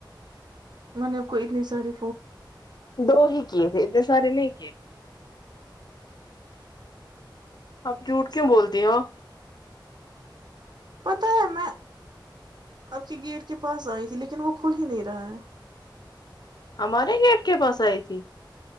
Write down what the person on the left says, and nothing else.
دو ہی کیے تھے ادے سارے نہیں اپ جھوٹ کیوں بولتی ہو ہو
ہمارے گیٹ کے پاس آئی تھی